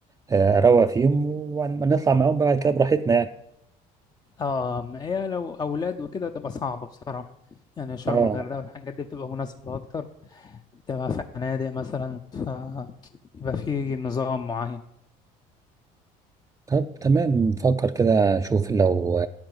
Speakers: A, on the right; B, on the left.
A: آه، أروق فيهم ونطلع معاهم بعد كده براحتنا يعني
B: اه ما هي لو اولاد وكده تبقى صعبه بصراحه يعني شرم
A: اه
B: الغردقه والحاجات دي بتبقى مناسبه اكتر بتبقى فنادق مثلا فبيبقى في نظام معين
A: طب تمام نفكر كده نشوف لو